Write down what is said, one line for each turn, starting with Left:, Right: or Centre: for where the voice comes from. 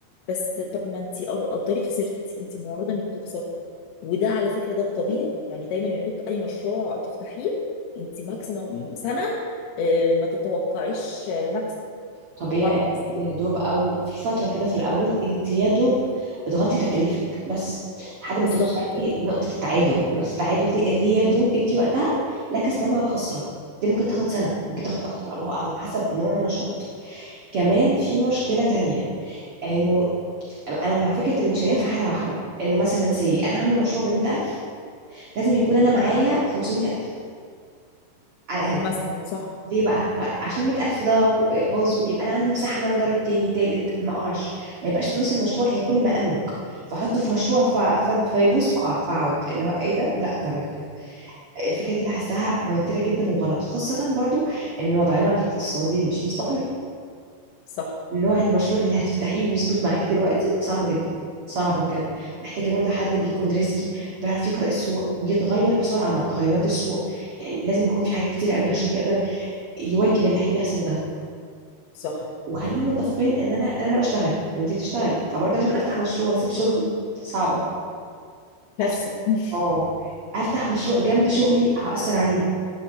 Left: بس طب ما انت قدري خسرتي انت معرضه انك تخسري وده على فكره ده الطبيعي يعني دايما يقول لك اي مشروع تفتحيه انت ماكسيمم سنه اه، ما تتوقعيش اه، مكسب
Right: طبيعي
Left: فاهمه قصدي
Right: انت يا دوب اول في فتره كده في الاول انت يا دوب بتغطي تكاليفك بس لحد
Left: بالظبط
Right: ما توصلي
Left: كده
Right: نقطه التعادل نقطه التعادل دي اللي يا دوب انت وقتها لا كسبانه ولا خسرانه دي ممكن تاخد سنه ممكن تاخد اكتر الله اعلم حسب نوع النشاط كمان في مشكله تانية انه
Left: مم.
Right: انا مع فكره المشاريع في حاله واحده انه مثلا سي انا هعمل مشروع ب 100000 لازم يكون انا معايا 500000 على الاقل
Left: مثلا صح
Right: ليه بقى عشان 100000 ضاعوا باظوا يبقى انا عندي مساحه ان انا اجرب تاني تالت ما اقعش ما يبقاش فلوس المشروع هي كل ما املك فاحطه في مشروع ف... ف... فيبوظ فاقع فاقعد اللي هو ايه ده لا تمام كده الفكره دي بحسها موتره جدا وغلط خاصه برضو ان وضعنا الاقتصادي مش مستقر
Left: صح
Right: نوع المشروع اللي هتفتحيه ويظبط معاكي دلوقتي صعب جدا صعب بجد محتاجة برضو حد بيكون ريسكي بيعرف يقرأ السوق ويتغير بسرعة مع تغيرات السوق يعني لازم يكون في حاجات كتير قوي عشان يقدر يواكب اللي بيحصل ده
Left: صح
Right: وخلينا متفقين ان انا انا أنا بشتغل وانتي بتشتغلي فبرضه عشان افتح مشروع واسيب شغلي صعبه
Left: كارثة
Right: أس...
Left: <laughs>
Right: اه افتح مشروع جنب شغلي هأثر عليه